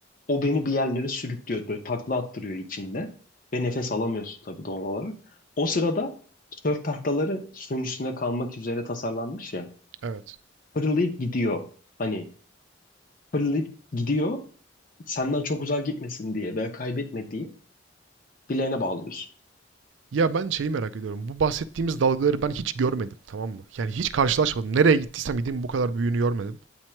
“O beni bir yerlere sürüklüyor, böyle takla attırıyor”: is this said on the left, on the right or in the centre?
Left